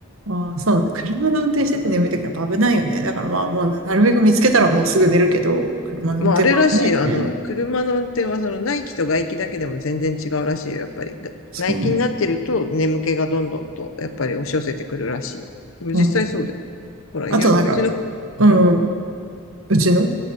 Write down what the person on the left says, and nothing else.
まあ、あれらしいよ。あの、車の運転はその内気と外気だけでも全然違うらしいよ。やっぱり。が内気になってると眠気がどんどんと、
やっぱり押し寄せてくるらしい。でも実際そうだよ。
ほら、
よ、うちの、
うん。